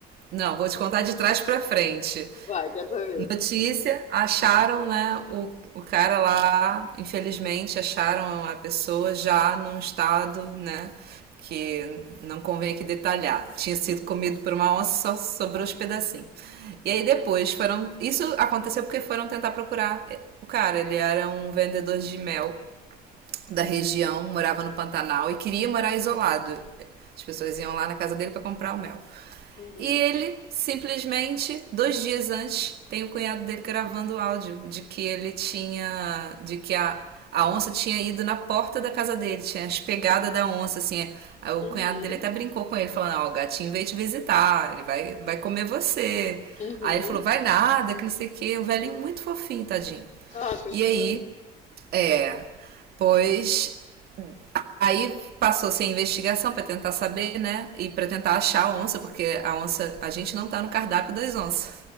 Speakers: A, on the right (about 65°); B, on the left (about 45°).
A: Não, vou te contar de trás para frente.
B: Vai, quer saber?
A: Notícia, acharam, né, o, o cara lá, infelizmente, acharam a pessoa já num estado, né, que não convém aqui detalhar. Tinha sido comido por uma onça, só sobrou os pedacinhos. E aí depois foram. Isso aconteceu porque foram tentar procurar eh, o cara. Ele era um vendedor de mel da região, morava no Pantanal e queria morar isolado. As pessoas iam lá na casa dele para comprar o mel.
B: Uhum,
A: E ele simplesmente, dois dias antes, tem o cunhado dele gravando o áudio de que ele tinha. de que a, a onça tinha ido na porta da casa dele, tinha as pegadas da onça, assim. é, Aí o
B: uhum,
A: cunhado dele até brincou com ele, falando: Ó, o gatinho veio te visitar, ele vai, vai comer você.
B: uhum.
A: Aí ele falou: vai nada, que não sei o quê. O velhinho muito fofinho, tadinho.
B: Ah, coitado.
A: E aí, é. Pois Aí passou-se a investigação para tentar saber, né? E para tentar achar a onça, porque a onça, a gente não tá no cardápio das onças.